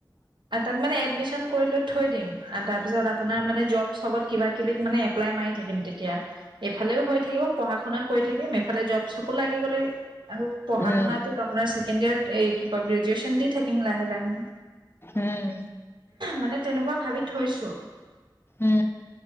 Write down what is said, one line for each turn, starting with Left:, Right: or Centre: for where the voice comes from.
Right: এটাত মানে এডমিশ্বন কৰি লৈ থৈ দিম। আ, তাৰপিছত আপোনাৰ মানে জব চবত, কিবা কিবিত মানে এপ্লাই মাৰি থাকিম তেতিয়া। এইফালেও হৈ থাকিব, পঢ়া শুনা কৰি থাকিম, এইফালে জব চবো লাগি গ'লে। আৰু পঢ়া
Left: উম
Right: শুনাটোক আপোনাৰ ছেকেণ্ড য়াৰত কি কয় গ্ৰেজুৱেচন দি থাকিম লাহে লাহে।
Left: উম
Right: মানে তেনেকুৱা ভাবি থৈছোঁ।
Left: উম উম উম